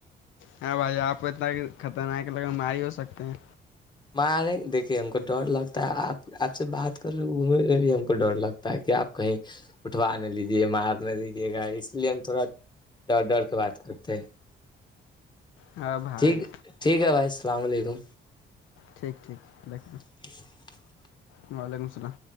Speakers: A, on the left; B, on the left.
A: ہاں بھائی آپ کو اتنا کہ خطرناک ہے لگ ہماری ہی ہو سکتے ہیں
B: مارے دیکھے ہم کو ڈر لگتا ہے آپ آپ سے بات کر رہ گوم رہے بھی ہم کو ڈر لگتا ہے کہ آپ کہیں اٹھوا نہ لیجیے مار نہ لیجیے گا اس لیے ہم تھوڑا ڈر ڈر کے بات کرتے ہیں
A: ہاں بھائی
B: ٹھیک ٹھیک ہے بھائی السلام علیکم
A: ٹھیک ٹھیک ریک
B: <inaudible>
A: وعلیکم السلام